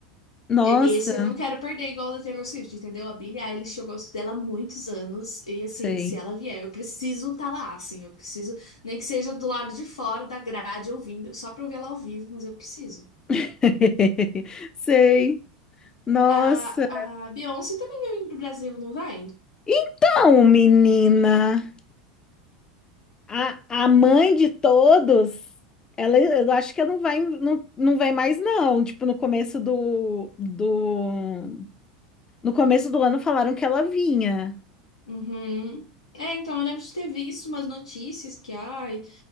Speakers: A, on the left (about 25°); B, on the left (about 80°).
A: Nossa,
B: E- Esse eu não quero perder igual o da Taylor Swift, entendeu? A Billie Eilish, eu gosto dela há muitos anos. E assim,
A: sei.
B: se ela vier, eu preciso estar lá, assim. Eu preciso, nem que seja do lado de fora da grade, ouvindo, só pra eu ver ela ao vivo, mas eu preciso.
A: <laughs> Sei. Nossa.
B: A, a Beyoncé também vai vir pro Brasil, não vai?
A: Então, menina. A, a mãe de todos, ela, eu acho que ela não vai, não, não vem mais, não. Tipo, no começo do, do, no começo do ano falaram que ela vinha.
B: Uhum. É, então eu lembro de ter visto umas notícias que, ai,